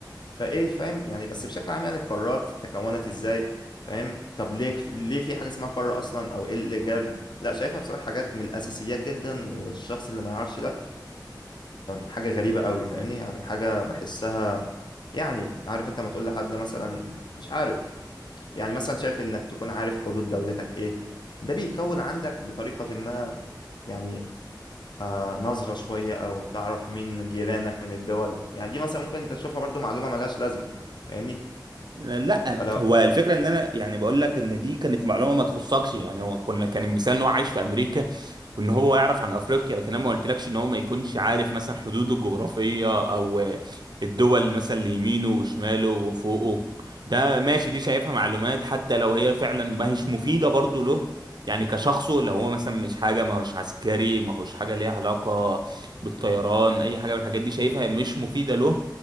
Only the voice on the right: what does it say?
لا
هو الفكره ان انا يعني بقول لك ان دي كانت معلومه ما تخصكش يعني هو كنا كان المثال ان هو عايش في امريكا وان هو يعرف عن افريقيا لكن انا ما قلتلكش ان هو ما يكونش عارف مثلا حدوده الجغرافيه او آه، الدول مثلا اللي يمينه وشماله وفوقه ده ماشي دي شايفها معلومات حتى لو هي فعلا ما هيش مفيده برضه له يعني كشخصه لو هو مثلا مش حاجه ما هوش عسكري ما هوش حاجه ليها علاقه بالطيران اي حاجه من الحاجات دي شايفها مش مفيده له